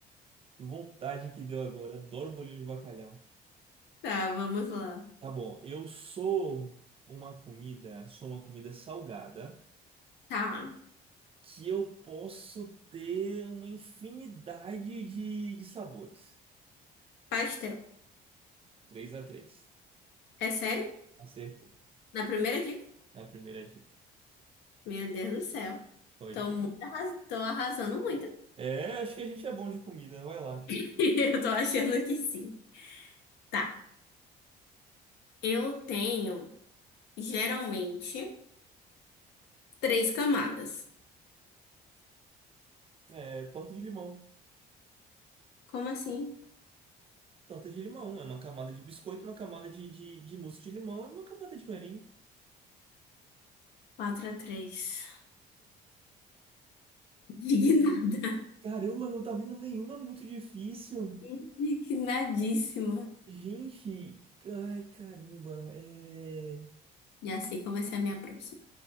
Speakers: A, on the right (about 35°); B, on the left (about 80°).
A: Que vontade que deu agora. Adoro bolinho de bacalhau.
B: Tá, vamos lá.
A: Tá bom, eu sou uma comida, sou uma comida salgada,
B: Tá.
A: que eu posso ter uma infinidade de, de sabores.
B: Pastel.
A: 3 a 3,
B: É sério?
A: Acertou.
B: Na primeira dica?
A: A primeira dica.
B: Meu Deus do céu.
A: Pode
B: Tô
A: ir.
B: muito arras... tô arrasando muito.
A: É, acho que a gente é bom de comida, vai lá.
B: <laughs> Eu tô achando que sim. Tá. Eu tenho, geralmente, três camadas.
A: É, torta de limão.
B: Como assim?
A: Torta de limão, é uma camada de biscoito, uma camada de, de, de mousse de limão e uma camada de merengue.
B: quatro a 3. Indignada.
A: Caramba, não tá vindo nenhuma muito difícil.
B: <laughs> Indignadíssima.
A: Gente, ai caramba, é...
B: E assim comecei a minha próxima.